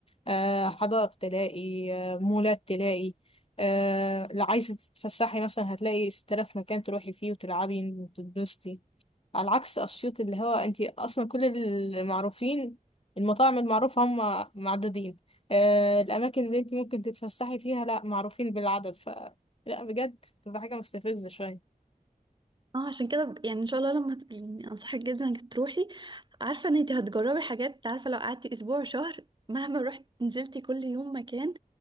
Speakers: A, on the left; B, on the right.
A: آه، حدائق تلاقي آه، مولات تلاقي آه، لو عايزة تتفسحي مثلا هتلاقي 6000 مكان تروحي فيه وتلعبي وتتبسطي على عكس أسيوط اللي هو أنت أصلا كل المعروفين المطاعم المعروفة هم معدودين آه، الأماكن اللي أنت ممكن تتفسحي فيها لا معروفين بالعدد ف لا بجد تبقى حاجة مستفزة شوية
B: اه عشان كده ب- يعني ان شاء الله لما ت- يعني انصحك جدا انك تروحي عارفه ان انت هتجربي حاجات عارفه لو قعدتي اسبوع شهر مهما رحت نزلتي كل يوم مكان